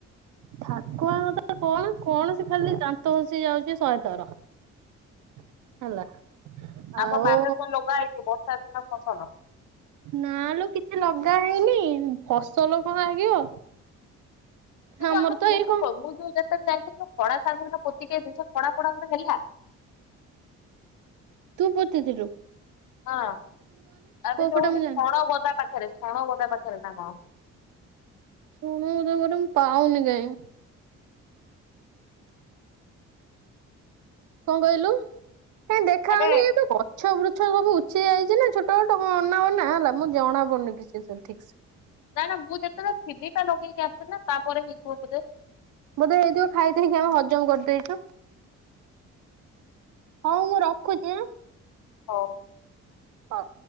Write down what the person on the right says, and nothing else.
ଠାକୁଆଙ୍କ କଣ କଣ ସେ ଖାଲି ଦାନ୍ତ ଘସି ଯାଉଛି ଶହେଥର ହେଲା।
ଆଉ
ନା ଲୋ କିଛି ଲଗା ହେଇନି, ଫସଲ କଣ ଲାଗିବ।
ଆମର
ତ
ଏଇ କଣ
ତୁ ପୋତି ଥିଲୁ?
ପଟେ
ମୁଁ ଜାଣିନି
ଛଣ ଗଦା ପାଖରେ ମୁଁ ପାଉନି କାହିଁ। କଣ କହିଲୁ, କାଇଁ ଦେଖା
ଯାଉନି ଇଏ <unintelligible> ଗଛ ବୃଛ ସବୁ ଉଛିି ଯାଇଛି ନା ଛୋଟ ଛୋଟ ଟ ଅନା ବନା ହେଲା ମୁଁ ଜଣା ପଡୁନି କିଛି ସବୁ ଠିକ୍ ସେ
ବୋଧେ ହେଇଥିବ ଖାଇଦେଇକି ଆମେ ହଜମ କରିଦେଇଚୁ। ହଉ ମୁଁ ରଖୁଛି ଆଁ
ହଁ।